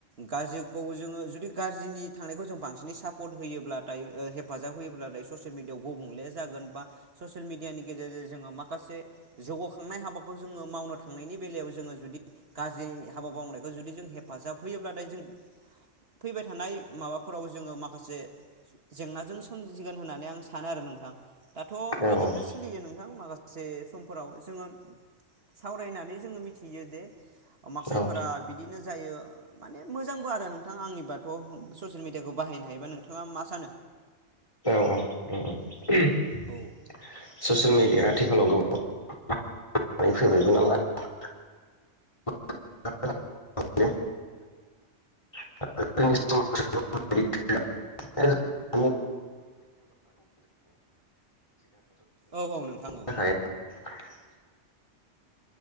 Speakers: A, on the right; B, on the left.
A: गाज्रिखौ जोङो जुदि गाज्रिनि थांनायखौ जों बांसिनै सापर्ट होयोब्लाथाय ओ हेफाजाब होयोब्लाथाय ससियेल मिडियाआव गुबुंले जागोन बा ससियेल मिडियानि गेजेरजों जोङो माखासे जौगाखांनाय हाबाखौ जोङो मावनो थांनायनि बेलायाव जोङो जुदि गाज्रि हाबा मावनायखौ जुदि जों हेफाजाब होयो ब्लाथाय जों फैबाय थानाय माबाफोराव जोङो माखासे जेंनाजों सोमजिगोन होननानै आं सानो आरो नोंथां दाथ
B: औ
A: बिदिनो सोलियो नोंथां माखासे समफोराव जोङो सावरायनानै जोङो मिथियो जे माखासेफोरा
B: औ
A: बिदिनो जायो माने मोजांबो आरो नोंथां आंनिबाथ' ओ ससियेल मिडियाखौ बाहायनो हायोबा नोंथाङा मा सानो
B: उम <unintelligible>
A: औ
B: ससियेल मिडिया आथिखालाव गोबां <unintelligible> फैबायबो नालाय। <unintelligible> <unintelligible> <unintelligible> <unintelligible>
A: औ औ नोंथां औ
B: थाखाय <unintelligible>